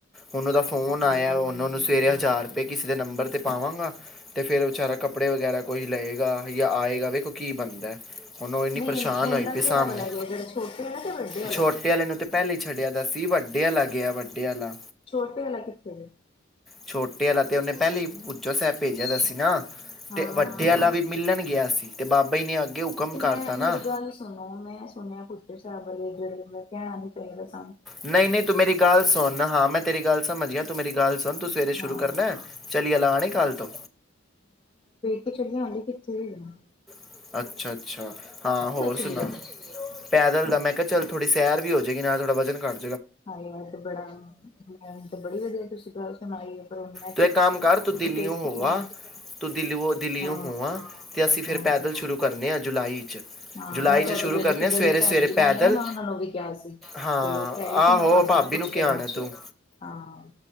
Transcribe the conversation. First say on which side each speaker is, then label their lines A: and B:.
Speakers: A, in the centre; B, on the left (about 25°).
A: ਹੁਣ ਉਹਦਾ ਫੋਨ
B: ਅੱਛਾ
A: ਪਾਇਆ ਉਹਨਾਂ ਨੂੰ ਸਵੇਰੇ ਹਜ਼ਾਰ ਰੁਪਏ ਕਿਸੇ। ਦੇ ਨੰਬਰ ਤੇ ਪਾਵਾਂਗਾ ਤੇ ਫਿਰ ਵਿਚਾਰਾ ਕੱਪੜੇ ਵਗੈਰਾ ਕੋਈ ਲਏਗਾ ਯਾਂ ਆਏਗਾ ਵੇਖੋ ਕੀ ਬਣਦਾ? ਹੁਣ ਉਹ ਇੰਨੀ
B: ਨਹੀਂ
A: ਪਰੇਸ਼ਾਨ
B: ਮੁੰਡਾ
A: ਹੋਈ ਪਈ
B: ਕਿਹੜਾ
A: ਸਾਹਮਣੇ
B: ਵਾਲਾ ਗਿਆ ਜਿਹੜਾ ਛੋਟੇ ਵਾਲਾ ਤੇ ਵੱਡੇ ਵਾਲਾ
A: ਛੋਟੇ ਵਾਲੇ ਨੂੰ ਤੇ ਪਹਿਲੇ। ਛੱਡਿਆ ਦਾ ਸੀ ਵੱਡੇ ਵਾਲਾ ਗਿਆ ਵੱਡੇ ਵਾਲਾ।
B: ਛੋਟੇ ਵਾਲਾ ਕਿੱਥੇ ਗਿਆ?
A: ਛੋਟੇ ਵਾਲਾ ਤੇ ਉਹਨੇ ਪਹਿਲੇ ਭੁੱਚੋ ਸਾਹਿਬ ਭੇਜਿਆ ਤਾਂ ਸੀ ਨਾ।
B: ਹਾਂ
A: ਤੇ ਵੱਡੇ ਵਾਲਾ ਵੀ ਮਿਲਣਨ। ਗਿਆ ਸੀ ਤੇ ਬਾਬਾ ਜੀ ਨੇ ਅੱਗੇ। ਹੁਕਮ
B: ਤੇ
A: ਕਰਤਾ
B: ਮੈਂ
A: ਨਾ
B: ਮੇਰੀ ਗੱਲ ਸੁਣੋ ਮੈਂ ਸੁਣਿਆ ਬੁੱਢੇ ਸਾਹਿਬ ਵਾਲੇ ਜਿਹੜੇ। ਕਿਹਨਾ ਨਹੀ ਚਾਹੀਦਾ ਸੀ।
A: ਨਹੀਂ ਨਹੀਂ ਤੂੰ ਮੇਰੀ ਗੱਲ ਸੁਣ ਨਾਂ ਹਾਂ ਮੈਂ ਤੇਰੀ ਗੱਲ। ਸਮਝ ਗਿਆ ਤੂੰ ਮੇਰੀ ਗੱਲ ਸੁਣ। ਤੂੰ ਸਵੇਰੇ
B: ਹਾਂ
A: ਸ਼ੁਰੂ ਕਰਨਾ ਚਲੀਅ ਲਾਨੀ ਕੱਲ੍ਹ ਤੋਂ।
B: ਕੀਤੋ ਲਿਆਂਦੀ ਕਿੱਥੋ ਲੈ।
A: ਅੱ। ਅੱਛਾ ਅੱਛਾ ਹਾਂ ਹੋਰ ਸੁਣਾ।
B: ਚਲੀ ਆ
A: ਪੈਦਲ ਦਾ ਮੈਂ ਕਿਹਾ ਚਲ ਥੋੜ੍ਹੀ ਸੈਰ ਵੀ ਹੋਵੇਗੀ ਨਾਲੇ ਥੋੜ੍ਹਾ ਵਜਨ ਘੱਟ।
B: ਹਾਏ ਇਹ ਤੇ ਬੜਾ ਮੈਨੂੰ ਬੜੀ ਵਧੀਆ ਤੁਸੀਂ ਗੱਲ ਸੁਣਾਈ ਆ ਪਰ ਮੈਂ ਹੁਣ
A: ਤੂੰ
B: ਕੀ
A: ਇੱਕ ਕੰਮ
B: ਕਰਾਂ
A: ਕਰ ਤੂੰ ਦਿੱਲੀੋਂ
B: ਮੈਂ ਕਈ ਚੀਜਾਂ
A: ਹੋਵਾ ਤੂੰ ਦਿੱਲੀੋਂ ਦਿੱਲੀੋਂ
B: ਹਾਂ
A: ਹੋਵਾ ਤੇ ਅਸੀਂ ਫਿਰ
B: ਹਾਂ।
A: ਪੈਦਲ ਸ਼ੁਰੂ ਕਰਦੇ ਆ ਜੁਲਾਈ ਚ,
B: ਹਾਂ
A: ਜੁਲਾਈ
B: ਮੈਂ
A: 'ਚ
B: ਤੁਹਾਡੀ
A: ਸ਼ੁਰੂ
B: ਦਿਲ
A: ਕਰਨੇ
B: ਚ
A: ਆ
B: ਜਿਹੜੀ
A: ਸਵੇਰੇ
B: ਉਹ ਭੈਣ
A: ਸਵੇਰੇ
B: ਵੀ
A: ਪੈਦਲ
B: ਰਹਿੰਦੇ ਨੇ ਮੈਂ ਉਹਨਾਂ ਨੂੰ ਵੀ ਕਿਹਾ ਸੀ
A: ਹਾਂ
B: ਤੇ ਉਹ ਕਹਿ ਰਹੀ ਸੀ
A: ਆਹੋ
B: ਮੈਂ ਭਾਜੀ
A: ਭਾਬੀ
B: ਨੂੰ ਪੁੱਛ
A: ਕਿਹਾ
B: ਕੇ ਦਵਾਗੀ
A: ਆਉਣਾ ਤੂੰ
B: ਹਾਂ,